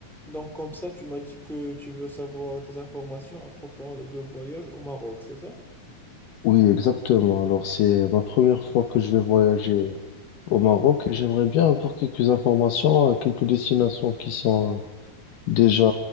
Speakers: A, in the centre; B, on the left (about 65°).
A: Donc comme ça, tu m'as dit que tu veux savoir des informations à propos de voyage au Maroc, c'est ça?
B: Oui, exactement. Alors, c'est ma première fois que je vais voyager au Maroc et j'aimerais bien avoir quelques informations, euh, quelques destinations qui sont euh, déjà